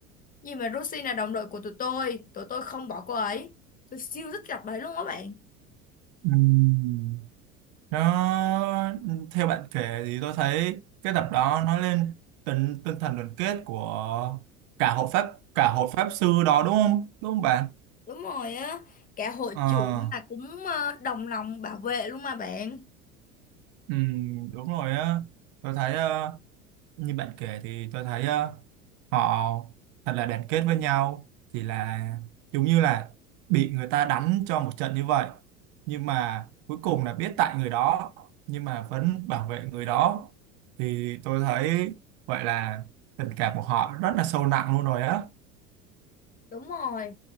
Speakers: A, on the left; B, on the right.
A: gì mà Lucy là đồng đội của tụi tôi tụi tôi không bỏ cô ấy tôi siêu thích gặp đấy luôn á bạn
B: Ừm, Nó theo bạn kể thì tôi thấy cái tập đó nói lên tinh tinh thần đoàn kết của cả hộ pháp cả hộ pháp sư đó đúng không? Đúng không bạn?
A: Đúng rồi á, cả hội
B: Ờ
A: trưởng là cũng ờ, đồng lòng bảo vệ luôn mà bạn.
B: Ừ, đúng rồi á tôi thấy ờ, như bạn kể thì tôi thấy ờ, họ thật là đoàn kết với nhau chỉ là giống như là bị người ta đánh cho một trận như vậy nhưng mà cuối cùng là biết tại người đó nhưng mà vẫn bảo vệ người đó thì tôi thấy vậy là tình cảm của họ rất là sâu nặng luôn rồi á
A: Đúng rồi,